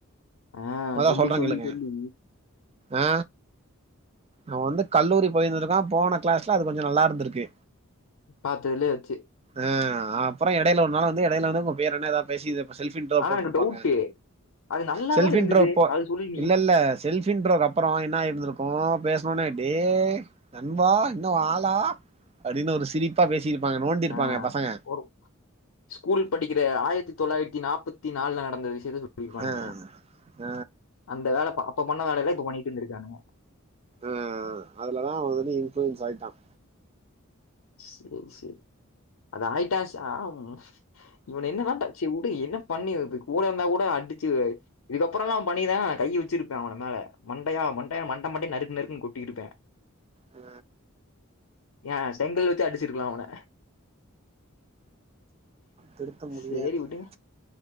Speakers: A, on the left; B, on the right.
A: ஆஹ்
B: மொத
A: சொல்லி
B: சொல்றே
A: சொல்லி
B: கேளுங்க
A: சொல்லி
B: ஆ அவ வந்து கல்லூரி போயிருந்திருக்கா போன கிளாஸ்ல அது கொஞ்ச நல்லா இருந்திருக்கு
A: பாத்ததுலேயே வச்சு
B: அ அப்பற எடையில ஒரு நாள் வந்து எடையில வந்து இப்ப உங்க பேர் என்ன ஏதாவ பேசி செல்ப் இன்ட்ரோ
A: ஆனா
B: போட்ருப்பாங்க
A: எனக்கு டவுட்டு அது நல்லாதான்
B: செல்ப்
A: இருந்தது
B: இன்ட்ரோ போ
A: அது சொல்லி நீ
B: இல்ல இல்ல செல்ஃப் இன்ட்றோகப்பரோ என்னா ஆயிருந்திருக்கு பேசணும்னே டே நண்பா இன்னு ஓ ஆளா அப்டின்னு ஒரு சிரி ப்பா பேசிருப்பாங்க நோண்டிருப்பாங்க
A: ஆஹ்
B: பசங்க
A: ஒரு ஸ்கூல் படிக்கிற ஆயிரத்தி தொள்ளாயிரத்தி நாற்பத்தி நாலு நடந்தது விஷயத்த சொ சொல்லிருப்பானுங்க
B: ஆ ஆ
A: அந்த வேல அப்ப பண்ண வேல. இப்ப பண்ணிட்ருந்திருக்கானு
B: ம் அதுலதா அவ வந்து இன்ஃபளுூயன்ஸ் ஆயிட்டான்
A: சரி சரி அது ஆயிட்டா சாம் இவன <unintelligible> என்ன பண்ணி கூட வந்தா கூட அடிச்சு இதுக்கப்பறல்லா அவ பண்ணிதா கை வச்சிருப்ப அவ மேல மண்டையா மண்டையா மண்ட மண்டையா நறுக்கு நறுக்குன்னு கொட்டிருப்ப பிளாக்
B: அ
A: எய செங்கல் வச்சி அடிச்சிருக்கலா அவன
B: திருத்த முடியாதுங்க
A: சேரி விட்டுங்க